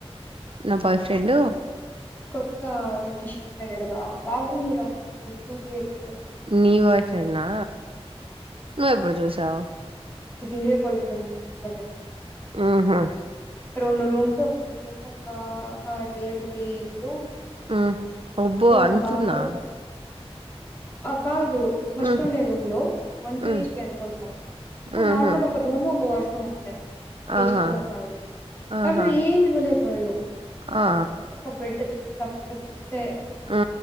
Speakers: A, on the right; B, on the left.
A: నా బాయ్ ఫ్రెండ్
B: కొత్త రూమ్కి షిఫ్ట్. టే ఈడ బా బాగుందిరా యైట్ టు పి హెచ్.
A: నీ బాయ్ ఫ్రెండా, నువ్వెప్పుడు చూసావ్.
B: వీడియో కాల్లుండంగ చూసాలే.
A: ఊహు
B: రెండు రూమ్స్, ఒక కిచెన్, ఒక ఆ దేవుడిది ఇల్లు.
A: ఆ అబ్బో
B: ఇంకో
A: ఆంతుందా.
B: హాలు ఆ కాదు, ఫస్ట్
A: ఉమ్
B: ఉండే రూమ్ లో వన్ బిహెచ్క
A: ఉమ్
B: అనుకుంటా అది. ఇప్పుడు
A: ఆహా!
B: నార్మల్ ఒక రూమ్, ఒక వాష్రూమ్ అంతే బి హెచ్కి
A: ఆహా!
B: కూడా కాదు. దాంట్లో
A: ఆహా!
B: ఏమివ్వలేదు వాళ్ళు,
A: ఆ!
B: ఒక బెడ్ తప్పితే.
A: ఆ